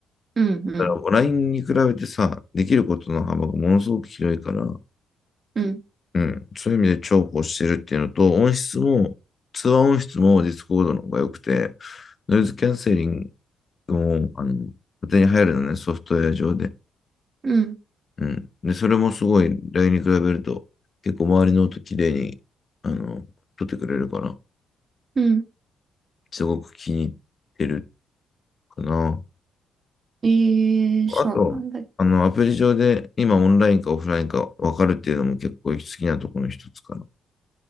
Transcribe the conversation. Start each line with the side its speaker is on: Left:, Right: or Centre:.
Right: うん、うん、
Left: だからもう LINE に比べてさ、できることの幅がものすごく広いから、
Right: うん、
Left: うん、そういう意味で重宝してるっていうのと、音質も、通話音質もディスコードの方が良くて、ノイズキャンセリングも、あの、勝手に入るのね、ソフトウェア上で。
Right: うん、
Left: うん。で、それもすごい、LINE に比べると、結構周りの音綺麗に、あの、撮ってくれるから、
Right: うん。
Left: すごく気に入ってるかな。
Right: ええそうなんだ
Left: あと、あの、アプリ上で今オンラインかオフラインか分かるっていうのも結構好きなところの一つかな。